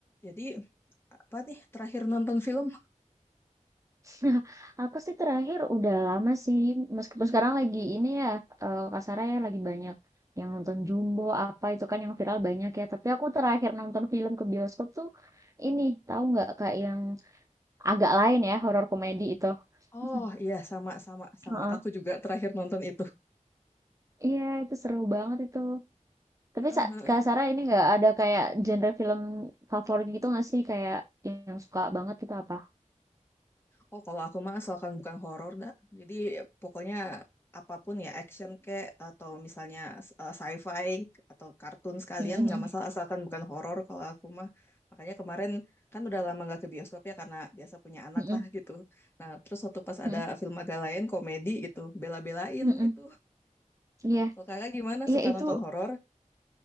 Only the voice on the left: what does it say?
Jadi apa nih terakhir nonton film?
Oh
iya sama sama sama
aku juga terakhir nonton itu.
Heeh,
heeh.
Oh kalau aku mah asalkan bukan horor dah. Jadi pokoknya apapun ya action kek atau misalnya eh, sci-fi atau kartun sekalian
nggak
masalah asalkan bukan horor kalau aku mah. Makanya kemarin kan udah lama nggak ke bioskop ya karena biasa punya anak
lah gitu. Nah terus waktu pas
ada film agak lain komedi gitu bela-belain
itu.
Kalau kakak gimana
suka
nonton horor?